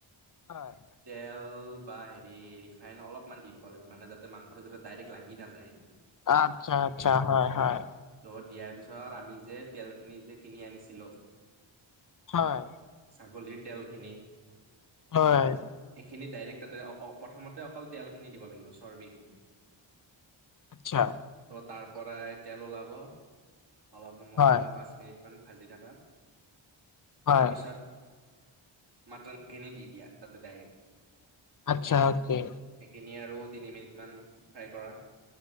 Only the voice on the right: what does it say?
তেল। বা হে ৰিফাইন অলপমান দি দিব লাগ মানে যাতে মাংসটো যাতে ডাইৰেক্ট লাগি নাযায় হেত
ত' দিয়াৰ পিছত আমি যে তেলখিনি যে কিনি আনিছিলো।
ছাগলীৰ তেলখিনি
খিনি ডাইৰেক্ট তাতে অ প্ৰথমতে অকল তেলখিনি দিব লাগিব চৰ্বি খিনি
ত' তাৰ পৰাই তেল ওলাব। অলপ সময়
পাঁচ মিনিট মান ভাজি থকা,
তাৰ পিছত মটনখিনি দি দিয়া তাতে ডাইৰেক্ট
তিনি আৰু তিনি মিনিটমান ফ্ৰাই কৰা।